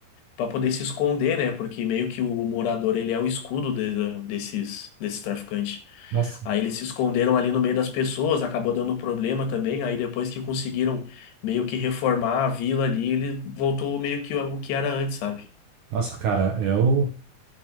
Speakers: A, on the left; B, on the right.
A: para poder se esconder, né? Porque meio que o morador ele é o escudo de- da- desses desses traficantes.
B: Nossa,
A: Aí eles se esconderam ali no meio das pessoas, acabou dando problema também. Aí depois que conseguiram meio que reformar a vila ali, ele voltou meio que o que era antes, sabe?
B: nossa, cara, eu